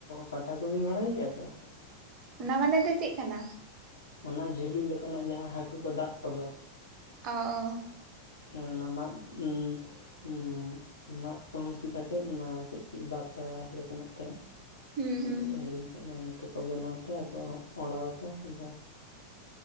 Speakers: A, on the left; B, on the right.
A: ᱯᱟᱴᱟ ᱠᱚᱵᱮᱱ ᱵᱟᱲᱟᱭ ᱜᱮᱭᱟ ᱛᱚ?
B: ᱚᱱᱟ ᱢᱟᱱᱮ ᱫᱚ ᱪᱮᱫ ᱠᱟᱱᱟ?
A: ᱚᱱᱟ ᱡᱷᱟᱹᱞᱤ ᱞᱮᱠᱟᱱᱟᱜ ᱡᱟᱦᱟᱸ ᱦᱟᱹᱠᱩ ᱠᱚ ᱫᱟᱜ ᱠᱚᱫᱚ
B: ᱚ ᱚ
A: ᱦᱮᱸ ᱚᱱᱟ ᱢᱟᱫᱽ ᱩᱸ ᱩᱸ ᱢᱟᱫᱽ ᱠᱚ ᱦᱩᱥᱤᱫ ᱟᱛᱮᱜ ᱚᱱᱟ ᱠᱟᱹᱪ ᱠᱟᱹᱪ ᱵᱟᱛᱟ ᱞᱮᱠᱟᱱᱟᱜ ᱛᱮ
B: ᱦᱩᱸ
A: ᱪᱮᱫ ᱠᱚ
B: ᱦᱩᱸ
A: ᱦᱤᱲᱤᱧ ᱠᱮᱫ ᱫᱚ ᱱᱚᱛᱮ ᱠᱚ ᱵᱮᱱᱟᱣ ᱛᱮ ᱟᱫᱚ ᱚᱲᱟᱣ ᱟᱠᱚ ᱟᱫᱚ